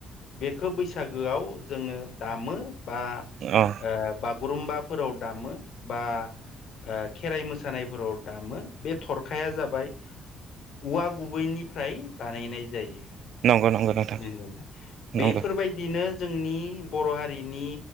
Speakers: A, on the left (about 70°); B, on the right (about 70°).
A: बेखौ बैसागोआव जोङो दामो। बा
B: औ
A: ओ बागुरुम्बाफोराव दामो बा ओ खेराइ मोसानायफोराव दामो बे थरखाया जाबाय औवा गुबैनिफ्राय बानायनाय जायो।
B: नंगौ नंगौ नोंथां
A: बेफोरबायदिनो
B: नंगौ
A: जोंनि बर' हारिनि